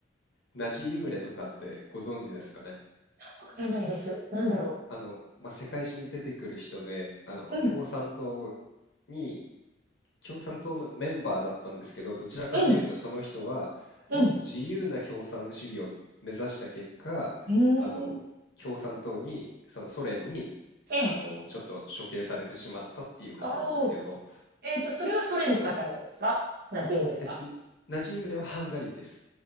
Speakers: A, on the left; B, on the right.
A: ナジイムレとかってご存知ですかね
B: わからないです。なんだろ
A: あの、まあ、世界史に出てくる人で、あの、
B: う。うん、
A: 共産党に共産党のメンバーだったんですけど、どちらかというとその人はもっと自由な共産主義を目指した結果、
B: うん、うん。
A: あの、
B: うーん。
A: 共産党に、そのソ連に、
B: ええ。
A: あの、ちょっと処刑されてしまったっていう方なんですけど、
B: おえっと、それはソ連の方なんですかナジームでは。
A: えっと、ナジームレはハンガリーです。